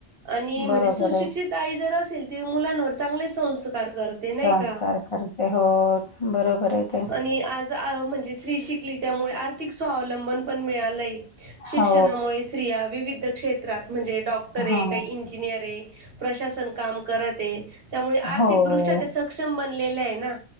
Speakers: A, on the right (about 55°); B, on the left (about 50°).
A: आणि म्हणजे
B: बरोबर
A: सुशिक्षित
B: आहे
A: आई जर असेल, ती मुलांवर चांगले संस् स्कार करते
B: संस्कार
A: नाही का?
B: करते हो बरोबर आहे ते
A: आणि आज म्हणजे स्त्री शिकली त्यामुळे आर्थिक स्वावलंबन पण मिळालंय. शिक्षणामुळे
B: हो
A: स्त्रिया विविध क्षेत्रात म्हणजे डॉक्टरे
B: हा
A: काही इंजिनियरे. प्रशासन काम करते. त्यामुळे आर्थिकदृष्ट्या
B: हो
A: त्या सक्षम बनलेल्याय ना.